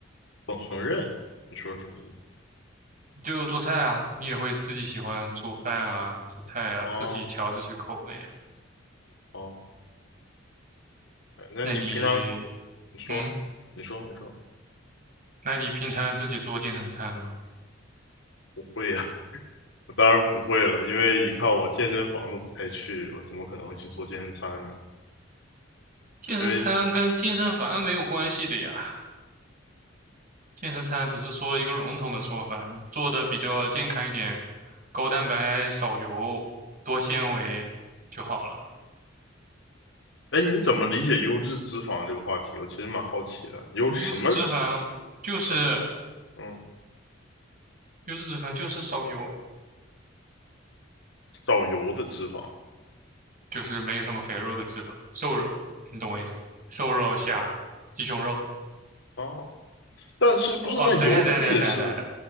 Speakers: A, on the left (about 75°); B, on the right (about 45°).
A: 烹烹饪，你说什么意思？
B: 就做菜啊，你也会自己喜欢做饭啊，做菜啊，
A: 哦
B: 自己调自己的口味啊。
A: 哦，哎那你平常
B: 那你，
A: 你说，
B: 嗯，
A: 你说，你说，
B: 那你平常自己做健身餐吗？
A: <laughs> 不会呀、<laughs> 我当然不会了，因为一看我健身房都不太去，我怎么可能会去做健身餐呢？
B: 健身餐跟健身房没有关系的呀，
A: 因为。嗯，
B: 健身餐只是说一个笼统的说法，做的比较健康一点，高蛋白、少油、多纤维就好了。
A: 哎，你怎么理解优质脂肪这个话题？我其实蛮好奇的，优质什么
B: 优质脂肪就是
A: 什嗯，
B: 优质脂肪就是少油，
A: 少油的脂肪
B: 就是没有什么肥肉的脂肪，瘦肉，你懂我意思？瘦肉、虾、鸡胸肉。
A: 啊？但是不是那油不也是
B: 哦，等一下，等一下，等一下，等一下，